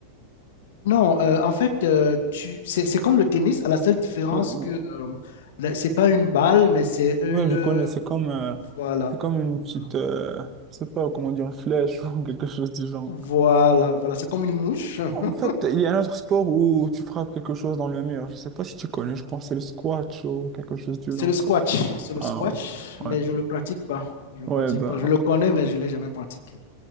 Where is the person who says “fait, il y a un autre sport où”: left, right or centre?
Right